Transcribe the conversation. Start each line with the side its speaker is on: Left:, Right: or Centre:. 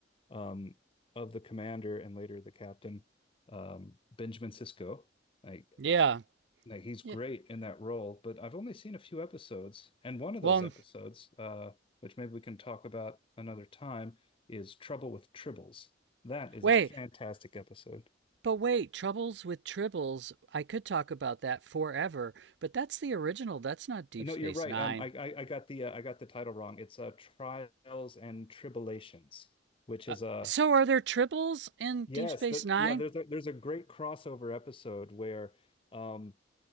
Left: um, of the commander and later the captain, um, Benjamin Sisko. Like
Right: Yeah.
Left: like he's
Right: Yeah.
Left: great in that role, but I've only seen a few episodes, and one of
Right: Well,
Left: those episodes, uh, which maybe we can talk about another time, is Trouble with Tribbles. That is
Right: wait.
Left: a fantastic episode.
Right: But wait, Troubles with Tribbles, I could talk about that forever, but that's the original. That's not Deep
Left: No,
Right: Space
Left: you're right.
Right: Nine.
Left: Um, I I, I got the uh, I got the title wrong. It's uh, Trials and Tribulations, which
Right: Uh,
Left: is a
Right: so are there Tribbles in Deep
Left: yes,
Right: Space
Left: that
Right: Nine?
Left: yeah. There's a there's a great crossover episode where um